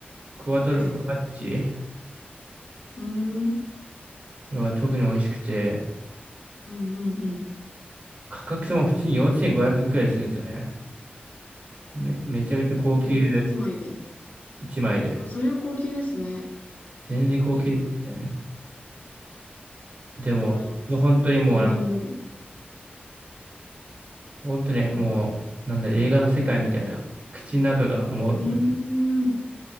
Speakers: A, on the right; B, on the left.
A: クワトロフォルマッジ
B: はい。うーん、うん、
A: は特に美味しくて、
B: うん、うん。
A: 価格とも普通に4500円くえんくらいするんですよね。め、めちゃめちゃ高級
B: え、一枚で。
A: 1枚で。
B: そうそれは高級ですね。
A: 全然高級ですね。
B: ちょっと、
A: でも、
B: ちょっとあの、
A: 本当にもうな、
B: 4人ぐらい。
A: 本当にねもう、なんだ、映画の世界みたいな。口の中がもう、
B: うーん。